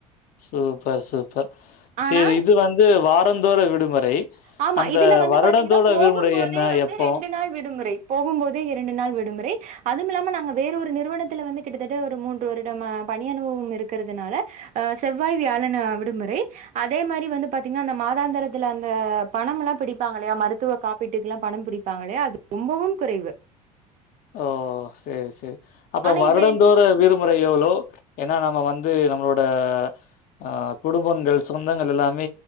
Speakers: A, on the left; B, on the right.
A: சூப்பர் சூப்பர்
B: ஆனா
A: செரி இது வந்து வாரந்தோறு விடுமுறை
B: ஆமா
A: அந்த
B: இதுல வந்து
A: வருடந்தோட
B: பாத்தீங்கனா போகும்
A: விடுமுறை
B: போதே
A: என்ன
B: வந்து
A: எப்போ?
B: ரெண்டு நாள் விடுமுறை போகும் போதே இரண்டு நாள் விடுமுறை அதுவமில்லாம நாங்க வேற ஒரு நிறுவனத்துல வந்து கிட்டத்தட்ட ஒரு மூன்று வருடம்மா பணி அனுபவ இருக்குறதுனால அ செவ்வாய் வியாழன விடுமுறை அதே மாரி வந்து பாத்தீங்னா அந்த மாதாந்திரத்துல அந்த வ பண‌முல்லா பிடிப்பாங்கல்லயா மருத்துவ காப்பீட்டுக்லா பணம் பிடிப்பாங்கலயா அது ரொம்பவும் குறைவு
A: ஓ சேரி சேரி அப்ப
B: ஆனா
A: வருடந்தோறு
B: இப்ப என்
A: விடுமுறை எவ்ளோ ஏனா நம்ம வந் து நம்மளோட அ குடும்பங்கள் சொந்தங்கள் எல்லா